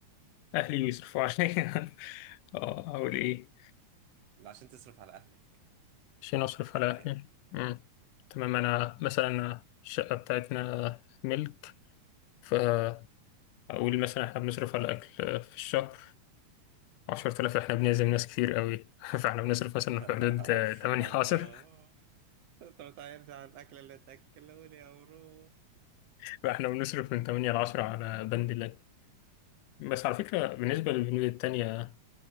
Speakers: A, on the left; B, on the right.
A: اهلي بيصرفوا عليا <laughs> اه اقول ايه
B: لا، عشان تصرف على اهلك
A: عشان اصرف
B: محتاج
A: على
B: كام
A: اهلي مم. تمام انا مثلا الشقه بتاعتنا ملك فاقول مثلا احنا بنصرف على الاكل في الشهر 10000 احنا بنعزم ناس كتير قوي <laughs> فاحنا بنصرف
B: <laughs>
A: مثلا في حدود آه، 8
B: أمرو
A: ل 10
B: انت بتعرفني على الاكل اللي تاكلوني يا أمرو
A: <laughs> فاحنا بنصرف من 8 ل 10 على بند اللاب بس على فكرة بالنسبة للبنود التانية